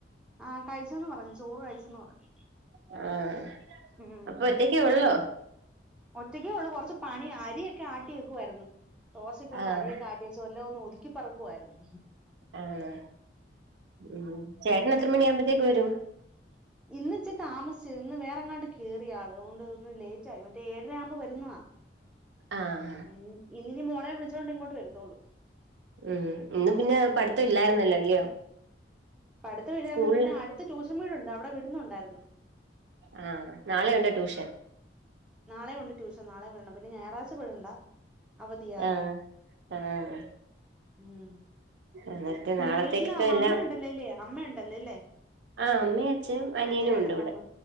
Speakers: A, in the centre; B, on the right (about 75°).
A: ആഹ കഴിച്ചന്ന് പറഞ്ഞു ചോറ് കഴിച്ചന്ന് പറഞ്ഞു
B: ആഹ്
A: ഉം
B: അപ്പൊ
A: ഉം
B: ഒറ്റക്കേ ഉള്ളോ
A: ഒറ്റക്കെ ഉള്ളൂ കുറച്ച് പണി അരിയൊക്കെ ആട്ടി വെക്കുമായിരുന്നു ദോശക്കുള്ള
B: ആഹ്
A: അരിയൊക്കെ ആട്ടി ച്ച് വല്ലോം ഒന്ന് ഒതുക്കി പറക്കുവായിരുന്നു
B: ആണോ ഉം ചേട്ടനെത്ര
A: പിന്നെ
B: മണി ആമ്പോത്തേക്ക് വരും
A: <inaudible> ഇന്ന് ഇച്ചി താമസിച്ച് ഇന്ന് വേറെങ്ങാണ്ട് കേറി ആള് അതുകൊണ്ട് ഇന്ന് ലേറ്റായി മറ്റേ ഏഴര ആകുമ്പോൾ വരുന്നത
B: ആഹ്
A: അയ് ഇന്നിനി മോളെ വിളിച്ചോണ്ട് ഇങ്ങോട്ട് വരുത്തള്ളൂ
B: ഉം ഇന്ന് പിന്നെ
A: ഉം
B: പഠിത്തം ഇല്ലായിരുന്നല്ലോ അല്ലയോ
A: പഠിത്തം ഇല്ലായിരുന്നു
B: സ്കൂളില്
A: പിന്നെ അടുത്ത് ട്യൂഷൻ വീടുണ്ട് അവിടെ വിടുന്നുണ്ടായിരുന്നു
B: ആഹ് നാളെ ഉണ്ടോ ട്യൂഷൻ
A: നാളെയും ഉണ്ട് ടൂഷൻ നാളെ വിടണം പിന്ന ഞായറഴ്ച വിടണ്ട അവധിയാ
B: ആഹ് ആഹ്
A: ഉം
B: അന്നേരത്തെ
A: പിന്നെ
B: നാളത്തേക്കൊക്കെ
A: വീട്ടില്
B: എല്ലാം
A: അമ്മയുണ്ടല്ലോ അല്ലേ അമ്മയുണ്ടല്ലോ അല്ലേ
B: ആ അമ്മയും അച്ഛനും അനിയനും
A: ആ ചേട്ടന്റെ
B: ഉണ്ട് ഇവിടെ
A: അമ്മ